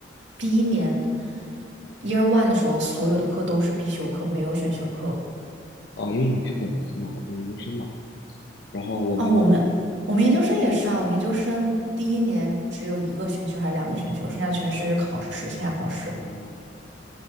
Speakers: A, on the right; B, on the left.
A: 第一年 Year One 的时候，所有的课都是必修课，没有选修课。
B: 啊，因为你们是本科嘛，我们研究生嘛，然后我们
A: 哦，我们我们研究生也是啊，我研究生第一年只有一个选修还是两个选修，剩下全是考试，线下考试，
B: 哦。呃